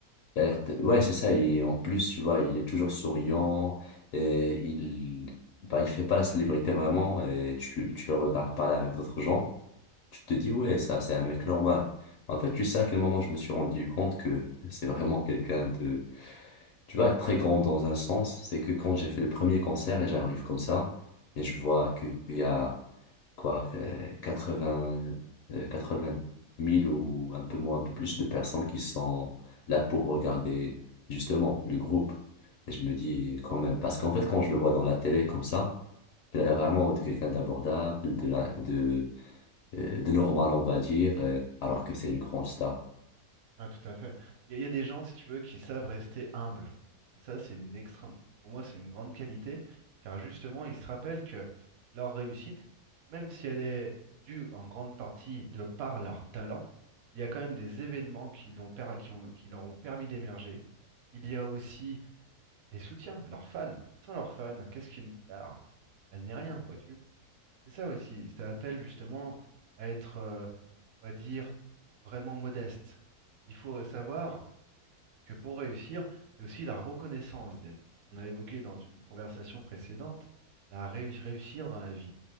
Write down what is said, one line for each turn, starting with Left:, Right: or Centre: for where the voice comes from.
Left: il a l'air t- Ouais, c'est ça. Et en plus, tu vois, il est toujours souriant. Et il, bah, il fait pas la célébrité vraiment. Et tu, tu le regardes parler avec d'autres gens. Tu te dis, ouais, ça, c'est un mec normal. En fait, tu sais à quel moment je me suis rendu compte que c'est vraiment quelqu'un de, tu vois, très grand dans un sens. C'est que quand j'ai fait le premier concert et j'arrive comme ça, et je vois qu'il y a quoi, euh, 80, euh, vingt mille ou un peu moins, un peu plus de personnes qui sont là pour regarder justement le groupe. Et je me dis quand même, parce qu'en fait, quand je le vois dans la télé comme ça, il a l'air vraiment de quelqu'un d'abordable, de, la- de, euh, de normal, on va dire, euh, alors que c'est une grande star.
Right: Ouais, tout à fait. Il y, a il y a des gens, si tu veux, qui savent rester humbles. Et ça, c'est une extrême, pour moi, c'est une grande qualité, car justement, ils se rappellent que leur réussite, même si elle est due en grande partie de par leur talent, il y a quand même des événements qui l'ont per- qui ont- qui leur ont permis d'émerger. Il y a aussi des soutiens, leurs fans. Sans leurs fans, qu'est-ce qu'une star? Elle n'est rien, vois-tu? C'est ça aussi. Ça appelle justement à être, euh, on va dire, vraiment modeste. Il faut savoir que pour réussir, c'est aussi la reconnaissance des autres. On a évoqué dans une conversation précédente la réu- réussir dans la vie.